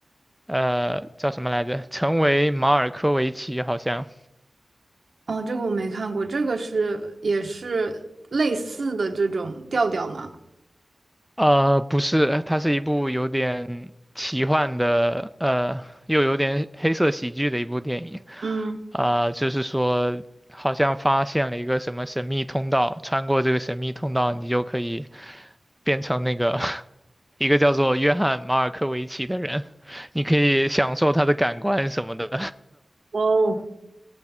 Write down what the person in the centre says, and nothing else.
呃叫什么来着？成为马尔科维奇好像。
呃，不是，它是一部有点奇幻的，呃，又有点黑色喜剧的一部电影。
啊、就是说，好像发现了一个什么神秘通道，穿过这个神秘通道，你就可以变成那个 <laughs> 一个叫做约翰·马尔科维奇的人，你可以享受他的感官什么的。